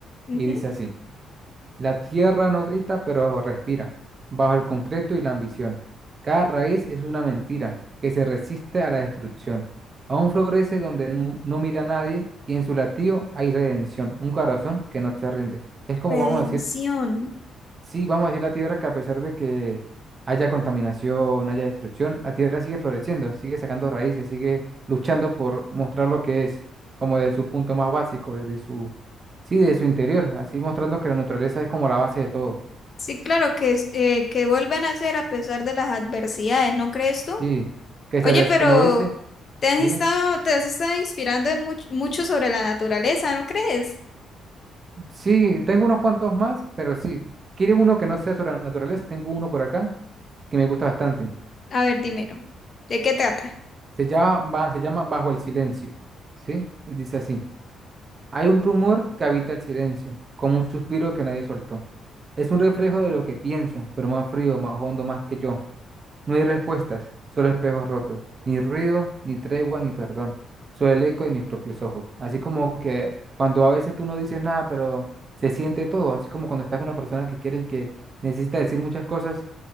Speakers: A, on the left (about 45°); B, on the right (about 40°).
A: Ujú.
B: y dice así, la Tierra no grita, pero respira, bajo el concreto y la ambición. Cada raíz es una mentira que se resiste a la destrucción. Aún florece donde nu- no, mira a nadie y en su latido hay redención, un corazón que no se rinde. Es como
A: Redención.
B: vamos a decir Sí, vamos a decir la Tierra que a pesar de que haya contaminación, haya destrucción, la Tierra sigue floreciendo, sigue sacando raíces, sigue luchando por mostrar lo que es, como desde su punto más básico, desde su, sí, desde su interior, así mostrando que la naturaleza es como la base de todo.
A: Sí, claro, que, es- eh, que vuelven a ser a pesar de las adversidades, ¿no crees
B: Sí,
A: tú?
B: que se,
A: Oye,
B: res-
A: pero
B: como dice,
A: te has
B: dime,
A: estado, te has estado inspirando en much- mucho sobre la naturaleza, ¿no crees?
B: sí, tengo unos cuantos más, pero sí, quiere uno que no sea sobre la naturaleza, tengo uno por acá que me gusta bastante.
A: A ver, dímelo. ¿De qué trata?
B: Se llama, va- se llama Bajo el Silencio, ¿sí? Y dice así. Hay un rumor que habita el silencio, como un suspiro que nadie soltó. Es un reflejo de lo que pienso, pero más frío, más hondo, más que yo. No hay respuestas, solo espejos rotos, ni ruido, ni tregua, ni perdón, solo el eco de mis propios ojos. Así como que cuando a veces tú no dices nada, pero se siente todo, así como cuando estás con una persona que quiere y que necesita decir muchas cosas,